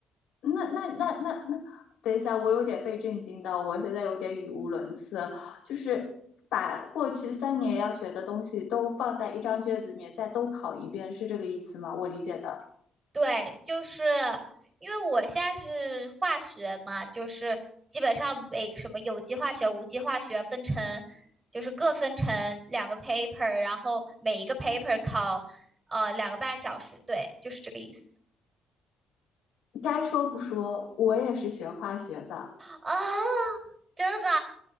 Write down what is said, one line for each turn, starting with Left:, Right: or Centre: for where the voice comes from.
Left: 那那那那那，等一下，我有点被震惊到，我现在有点语无伦次。就是把过去三年要学的东西都放在一张卷子里面，再都考一遍，是这个意思吗？我理解的。
Right: 对，就是因为我现在是化学嘛，就是基本上每什么有机化学、无机化学分成，就是各分成两个 paper，然后每一个 paper 考呃两个半小时，对，就是这个意思。
Left: 该说不说，我也是学化学的，
Right: 啊，真的？